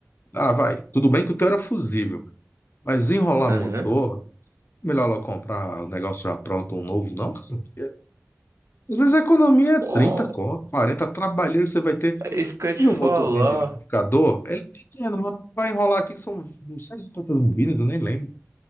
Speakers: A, on the left; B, on the right.
A: ah, vai. Tudo bem que o teu era fusível, mas enrolar
B: Aham.
A: motor, melhor lá comprar o negócio já pronto, um novo, não, cara. Porque Às vezes a economia é
B: Pô,
A: 30, conto, 40, trabalheiro que você vai ter.
B: é isso que eu ia te
A: E
B: falar.
A: o motorzinho de liquidificador, ele é pequeno, mas pra enrolar aqui são, não sei quantas bobinas, eu nem lembro.